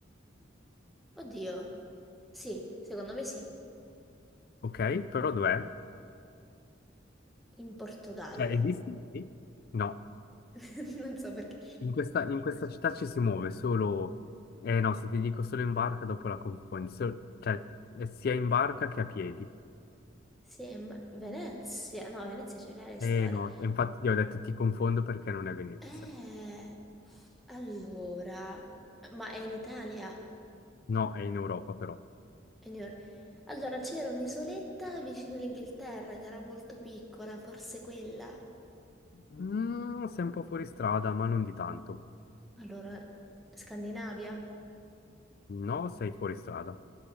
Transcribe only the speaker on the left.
ok? Però dov'è?
Cioè, esiste? Sì. No.
In questa, in questa città ci si muove solo... Eh no, se ti dico solo in barca, dopo la confondi. Sol- Cioè, eh, sia in barca che a piedi.
Eh no, infatti io ho detto ti confondo perché non è Venezia.
No, è in Europa però.
Mm, sei un po' fuori strada, ma non di tanto.
No, sei fuori strada.